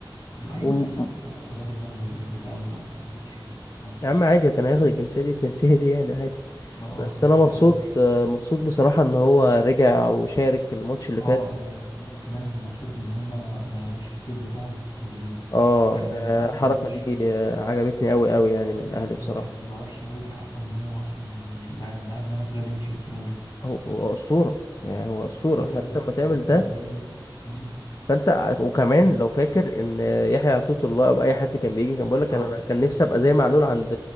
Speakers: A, on the left (about 65°); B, on the left (about 40°).
A: ايوه
B: وم...
A: بس لا بس برضه الراجل برضه ليه دولة وبتاع وبتحب برضه
B: يا عم عادي كان هياخد الجنسية دي والجنسية دي يعني عادي
A: اه اه
B: بس انا
A: فاهم
B: مبسوط آه، مبسوط بصراحة ان هو رجع وشارك الماتش اللي
A: اه
B: فات
A: انا ما- لا وكمان انا مبسوط ان هما ما لغوش الكيت بتاعه وسجلوه
B: اه
A: انا ممكن
B: آه، الحركة
A: عايزين يمشوه
B: دي آه، عجبتني قوي قوي يعني من الاهلي
A: اه
B: بصراحة
A: كانت هتبقى وحشة قوي في حقه ان هو اصلا يعني بعد ما قعد معانا كل ده يمشي بالطريقة دي
B: هو هو اسطورة يعني هو اسطورة
A: الراجل
B: فانت
A: ده أسطورة
B: لما تعمل
A: لازم
B: ده
A: لازم مم.
B: فانت وكمان لو فاكر ان يحيى عطية الله او اي حد كان بيجي كان بيقول لك
A: اه
B: انا أنا كان
A: اه
B: نفسي ابقى زي معلول عند